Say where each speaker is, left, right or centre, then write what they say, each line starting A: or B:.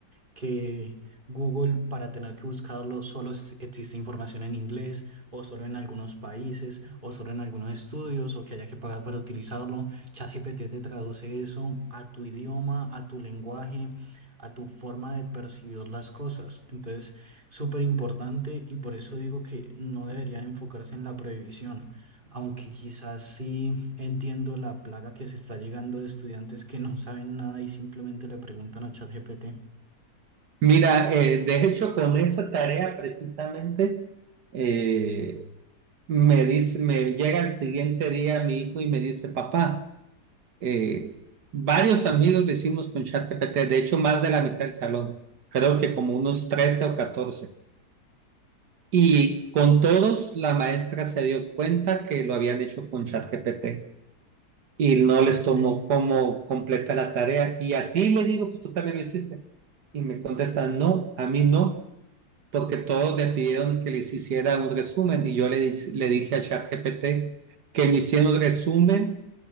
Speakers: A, on the right; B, on the right.
A: que Google para tener que buscarlo solo es- existe información en inglés o solo en algunos países o solo en algunos estudios o que haya que pagar para utilizarlo. ChatGPT te traduce eso a tu idioma, a tu lenguaje, a tu forma de percibir las cosas. Entonces, súper importante y por eso digo que no debería enfocarse en la prohibición. Aunque quizás sí entiendo la plaga que se está llegando de estudiantes que no saben nada y simplemente le preguntan a ChatGPT.
B: mira, eh, de hecho, con esa tarea precisamente, eh, me dice, me llega el siguiente día mi hijo y me dice, papá. eh, varios amigos decimos con ChatGPT, de hecho más de la mitad del salón, creo que como unos 13 o 14 Y con todos la maestra se dio cuenta que lo habían hecho con ChatGPT y no les
A: Ok,
B: tomó como completa la tarea. Y a ti le digo, pues tú también lo hiciste. Y me contestan, no, a mí no, porque todos le pidieron que les hiciera un resumen y yo le, di- le dije a ChatGPT que me hiciera un resumen